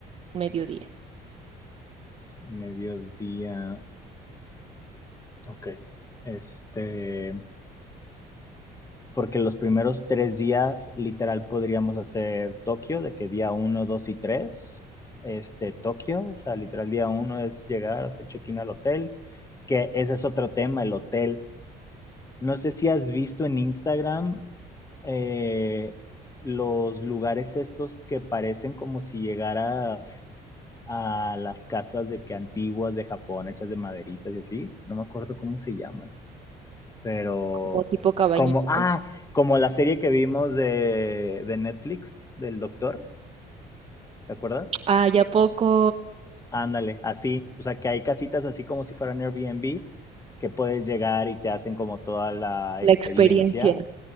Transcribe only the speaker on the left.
mediodía, ok. Este, porque los primeros tres días, literal, podríamos hacer Tokio, de que día uno, 2 y 3. este, Tokio, o sea, literal, día uno es llegar, hacer check-in al hotel, que ese es otro tema, el hotel. No sé si has visto en Instagram eh, los lugares estos que parecen como si llegaras a las casas de que antiguas de Japón, hechas de maderitas y así, no me acuerdo cómo se llaman, pero
como, ah, como la serie que vimos de, de Netflix, del doctor, ¿te acuerdas?
Ándale, así, o sea que hay casitas así como si fueran Airbnbs que puedes llegar y te hacen como toda la
experiencia